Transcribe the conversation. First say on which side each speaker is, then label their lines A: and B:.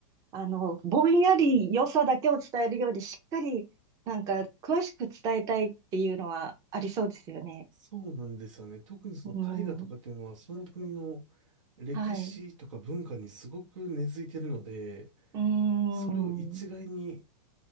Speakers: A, on the right; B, on the right.
A: あの、ぼんやり良さだけを伝えるより、しっかり、なんか、詳しく伝えたいっていうのはありそうですよね。
B: そうなんですよね。特にその絵画とかっていうのは、
A: うん。
B: その国の歴史とか文化にすごく根付いてるので、
A: はい。うん。
B: それを一概に